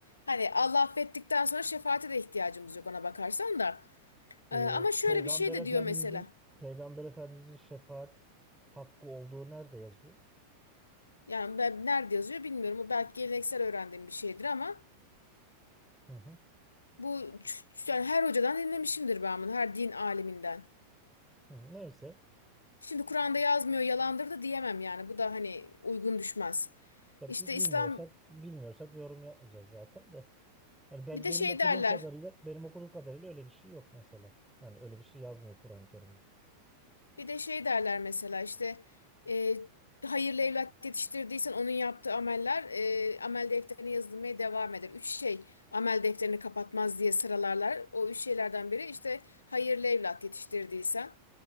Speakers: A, on the left (about 75°); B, in the centre.
A: Hani Allah affettikten sonra şefaate de ihtiyacımız yok ona bakarsan da. Ee,
B: Ee,
A: ama şöyle
B: Peygamber
A: bir şey de
B: Efendimizin
A: diyor mesela.
B: Peygamber Efendimizin şefaat hakkı olduğu nerede yazıyor?
A: Yani ben nerede yazıyor bilmiyorum. O belki geleneksel öğrendiğim bir şeydir ama.
B: Hı hı.
A: Bu ç- yani her hocadan dinlemişimdir ben bunu, her din aliminden.
B: Hı, neyse.
A: Şimdi Kur'an'da yazmıyor, yalandır da diyemem yani. Bu da hani uygun düşmez.
B: Ya
A: İşte
B: bi- bilmiyorsak
A: İslam
B: bilmiyorsak yorum yapmayacağız zaten de. Yani ben
A: bir de
B: benim
A: şey
B: okuduğum
A: derler.
B: kadarıyla benim okuduğum kadarıyla öyle bir şey yok mesela. Hani öyle bir şey yazmıyor Kur'an-ı Kerim.
A: Bir de şey derler mesela işte e, hayırlı evlat yetiştirdiysen onun yaptığı ameller e, amel defterine yazılmaya devam eder. Üç şey amel defterini kapatmaz diye sıralarlar. O üç şeylerden biri işte hayırlı evlat yetiştirdiysen.